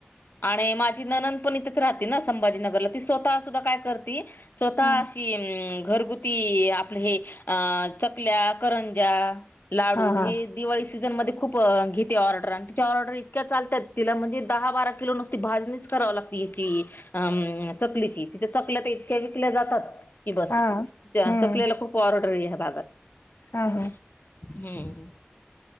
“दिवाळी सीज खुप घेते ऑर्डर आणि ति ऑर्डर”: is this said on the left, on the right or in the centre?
Left